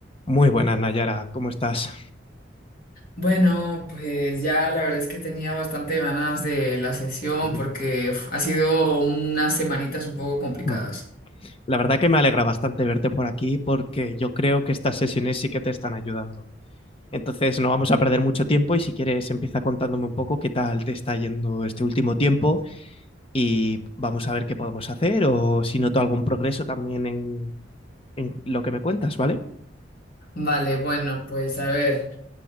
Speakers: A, on the left; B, on the left.
A: Muy buenas, Nayara, ¿cómo estás?
B: Bueno, pues ya la verdad es que tenía bastante ganas de la sesión
A: Ujú.
B: porque uf, ha sido unas semanitas un poco complicadas.
A: Mm. La verdad que me alegra bastante verte por aquí porque yo creo que estas sesiones sí que te están ayudando. Entonces, no vamos a perder mucho tiempo y si quieres empieza contándome un poco qué tal te está yendo este último tiempo y vamos a ver qué podemos hacer o si noto algún progreso también en, en lo que me cuentas, ¿vale?
B: Vale, bueno, pues a ver.